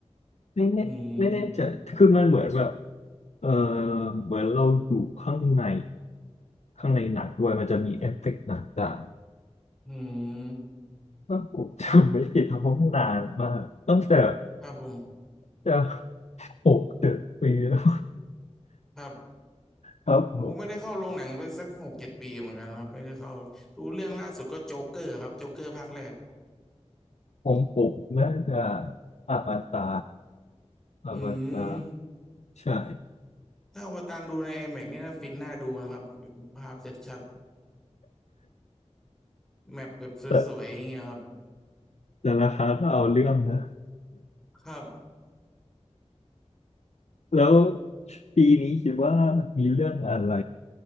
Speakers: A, on the left; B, in the centre.
A: ไม่แน่ไม่แน่ใจคือมันเหมือนแบบ
B: อืม
A: เออเหมือนเราอยู่ข้างในข้างในหนังด้วยมันจะมีเอฟเฟกต์ต่าง
B: อืม
A: ๆว่าผมจำไม่ผิดเพราะมันนานมากตั้งแต่
B: ครับผม
A: จะหกเจ็ดปีแล้ว
B: ครับ
A: ครับผม
B: ผมก็ไม่ได้เข้าโรงหนังไปสักหกเจ็ดปีเหมือนกันครับไม่ได้เข้าดูเรื่องล่าสุดก็โจ๊กเกอร์ครับโจ๊กเกอร์ภาคแรก
A: ผมผมน่าจะอวตารอวตาร
B: อืม
A: ใช่
B: ถ้าอวตารดูใน IMAX เนี่นะฟินน่าดูนะครับภาพชัดๆแมปแบบสวยๆอย่างเงี้ยครับ
A: แต่แต่ราคาก็เอาเรื่องนะ
B: ครับ
A: แล้วปีนี้คิดว่ามีเรื่องอะไร